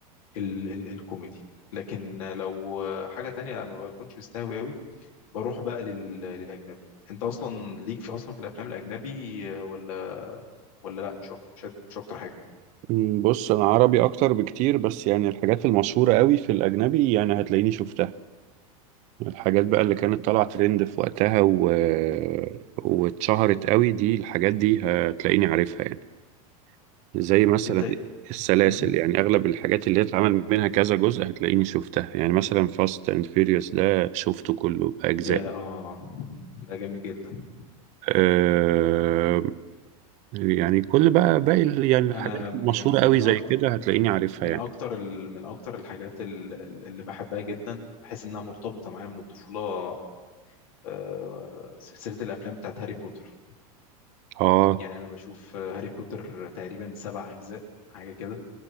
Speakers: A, on the left (about 75°); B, on the right (about 40°).
A: ال ال الكوميدي لكن لو حاجه تانية لا ما بكونش مستهوي قوي بروح بقى لل للاجنبي انت اصلا ليك في اصلا في الافلام الاجنبي آه، ولا ولا لا مش أك- مش أد- مش اكتر حاجه
B: مم، بص انا عربي اكتر بكتير بس يعني الحاجات المشهورة قوي في الاجنبي يعني هتلاقيني شفتها الحاجات بقى اللي كانت طالعة ترند في وقتها و... واتشهرت قوي دي الحاجات دي هتلاقيني عارفها يعني زي مثلا
A: انت
B: السلاسل
A: مم.
B: يعني أغلب الحاجات اللي اتعمل منها كذا جزء هتلاقيني شفتها يعني مثلا فاست أند فيوريوس ده شفته كله بأجزاء
A: يا اه ده جامد جدا
B: أه... يعني كل بقى باقي ال- يعني الحاجات
A: انا
B: المشهورة
A: يعني من
B: قوي زي
A: اكتر
B: كده هتلاقيني عارفها
A: من
B: يعني
A: اكتر ال... من اكتر الحاجات ال- ال- اللي بحبها جدا بحس انها مرتبطه معايا من الطفوله آه، سلسله الافلام بتاعت هاري بوتر
B: اه
A: يعني انا بشوف آه، هاري بوتر تقريبا سبع اجزاء حاجه كده